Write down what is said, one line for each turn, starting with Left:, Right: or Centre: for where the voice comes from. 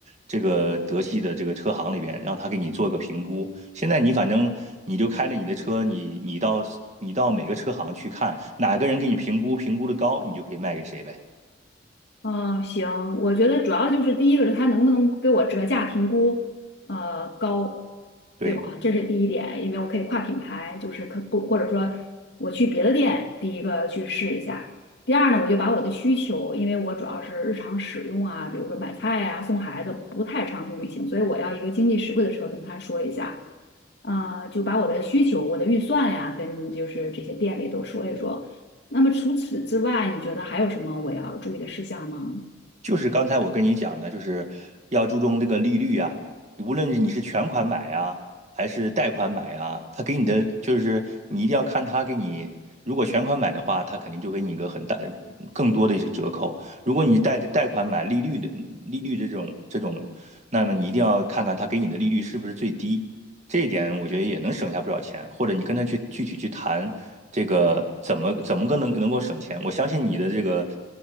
Right: 这个德系的这个车行里边，让他给你做个评估。现在你反正你就开着你的车，你你到你到每个车行去看，哪个人给你评估评估的高，你就可以卖给谁呗。
Left: 嗯，行，我觉得主要就是第一个是他能不能给我折价评估，呃，高，
Right: 对。
Left: 对吧？这是第一点，因为我可以跨品牌，就是可不或者说我去别的店，第一个去试一下。第二呢，我就把我的需求，因为我主要是日常使用啊，比如说买菜啊、送孩子，不太长途旅行，所以我要一个经济实惠的车，跟他说一下，呃，就把我的需求、我的预算呀，跟就是这些店里都说一说。那么除此之外，你觉得还有什么我要注意的事项吗？
Right: 就是刚才我跟你讲的，就是要注重这个利率啊，无论你是全款买啊，还是贷款买啊，他给你的就是你一定要看他给你，如果全款买的话，他肯定就给你一个很大更多的一个折扣；如果你贷贷款买利率的利率的这种这种，那么你一定要看看他给你的利率是不是最低。这一点我觉得也能省下不少钱，或者你跟他去具体去谈这个怎么怎么个能能够省钱，我相信你的这个